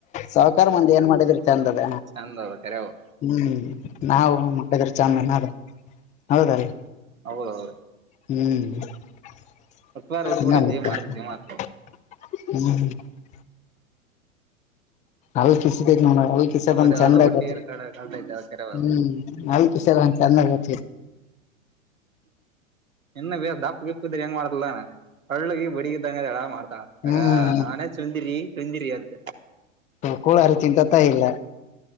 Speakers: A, on the left; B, on the right.
A: ಸಾಹಕಾರ ಮಂದಿ ಏನ್ ಮಾಡಿದಿರ್ತ್ತ ಚಂದದ.
B: ಚಂದ ಅದ ಕರೆ ಅವು
A: ಹ್ಮ್ ನಾವು ಮಾಡದ್ರ ಚಾಮನ್ದ ಹೌದ ರೀ.
B: ಹೌದೌದು
A: ಹ್ಮ್. <unintelligible>
B: ಉತ್ವಾರ ಹುಟ್ಟಿ ಬಿಡೈತಿ ಮಾಡ್ದ ದಿಮಾಕ್
A: ಅಲ್ಕಿಸಿತ್ತಿದ್ದ. <unintelligible> ಕಿಸದಂಗ್
B: ಬರೇ
A: ಚಂದ
B: ಹಲ್ಲು ಬಿಟ್ಟು
A: ಆಗ
B: ಏರ್ ಕಡ ಕಳ್ತೈತೆ ಅದ ಕರೆ
A: ಹ್ಮ್
B: ಅವು
A: ನಲ್ ಕಿಸದಂಗ ಚಂದ ಆಗ.
B: ಇನ್ನು ಬ ದಾಪಪ್ಪದೆಂಗ ಮಾಡತಲ್ಲಾನಾ. ಹಳ್ಳಗಿ ಬಡಗಿದ್ದಂಗ ಎಡ ಮಾಡ್ತಾ
A: ಹ್ಮ್
B: ಆಗ ನಾನೇ ಚುಂದಿರಿ. <unintelligible> ಮುಂದ್ರಿಯಂತ.
A: ಕೂಳಾರು ಚಿಂತತ ಇಲ್ಲ